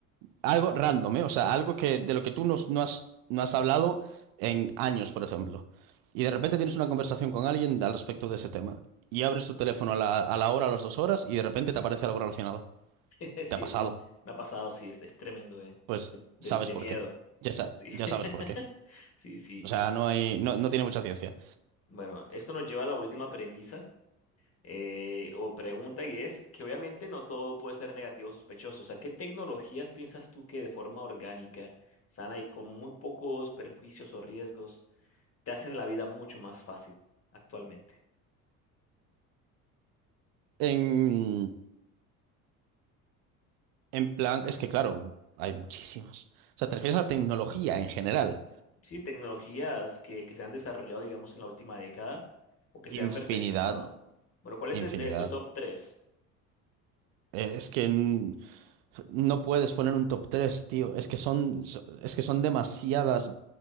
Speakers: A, on the right; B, on the left.
A: algo random, ¿eh? O sea, algo que, de lo que tú no, no has, no has hablado en años, por ejemplo. Y de repente tienes una conversación con alguien al respecto de ese tema. Y abres tu teléfono a la, a la hora, a las dos horas, y de repente te aparece algo relacionado.
B: <laughs> Sí,
A: Te ha pasado.
B: eso me ha pasado, sí, es, es tremendo, eh,
A: Pues
B: de, de
A: sabes
B: de
A: por
B: miedo.
A: qué. Ya, sa-
B: Sí, <laughs>
A: ya sabes por qué.
B: sí, sí.
A: O sea, no hay, no no tiene mucha ciencia.
B: Bueno, esto nos lleva a la última premisa eh, o pregunta y es que obviamente no todo puede ser negativo o sospechoso. O sea, ¿qué tecnologías piensas tú que de forma orgánica, sana y con muy pocos perjuicios o riesgos te hacen la vida mucho más fácil actualmente?
A: En, en plan, es que claro, hay muchísimas. O sea, te refieres a tecnología en general.
B: Sí, tecnologías que, que se han desarrollado, digamos, en la última década o que
A: Infinidad,
B: se han perfeccionado. Bueno, ¿cuál
A: infinidad.
B: es eh, tu top tres
A: Eh, Es que n- no puedes poner un top 3 tío. Es que son, so- es que son demasiadas,